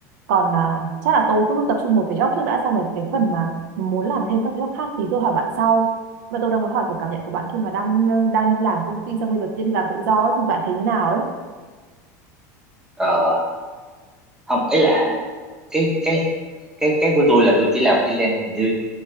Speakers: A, on the right; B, in the centre.
A: còn à, chắc là tôi cứ tập trung một cái job trước đã xong rồi cái phần mà muốn làm thêm các job khác thì tôi hỏi bạn sau và tôi đang muốn hỏi kiểu cảm nhận của bạn khi mà đang ờ, đang đi làm công ty xong bây giờ tự nhiên đi làm tự do ấy, thì bạn thấy như nào ấy
B: Ờ, không ấy là cái cái cái cái của tôi là tôi chỉ làm freelance hình như